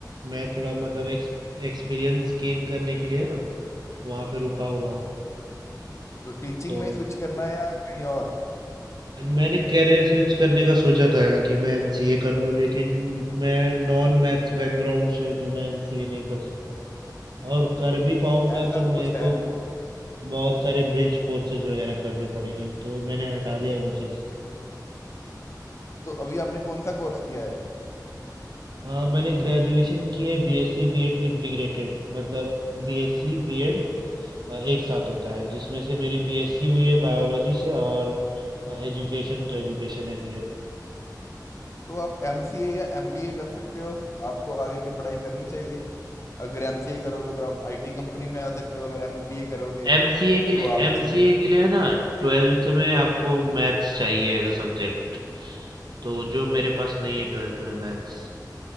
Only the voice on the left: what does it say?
तो टीचिंग
में ही स्विच करना है या कहीं और
तो ऐसा
तो
कुछ है
नहीं
तो अभी आपने कौन सा कोर्स किया है
तो आप एमसीए या एमबीए कर सकते हो आपको आगे की पढ़ाई करनी चाहिए अगर एमसीए करोगे तो आप आईटी कंपनी में आ सकते हो अगर एमबीए करोगे
तो आप
इन-